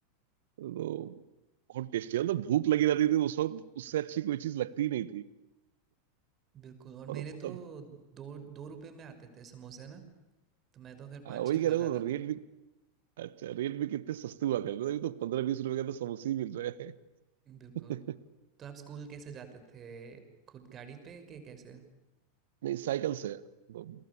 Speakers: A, on the right; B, on the right.
A: तो बहुत टेस्टी मतलब भूख लगी रहती थी उस वक्त उससे अच्छी कोई चीज लगती ही नहीं थी
B: बिल्कुल और मेरे
A: और मतलब
B: तो दो दो रुपए में आते थे समोसे ना तो मैं तो फिर
A: हाँ,
B: पाँच
A: वही
B: छः खा
A: कह रहा हूँ
B: जाता
A: रेट
B: था
A: भी अच्छा रेट भी कितने सस्ते हुआ करते थे अभी तो पंद्रह बीस रुपए का तो समोसे ही मिल रहे
B: बिल्कुल
A: हैं
B: तो आप स्कूल कैसे जाते थे खुद गाड़ी पे के कैसे
A: <laughs> नहीं साइकिल से दो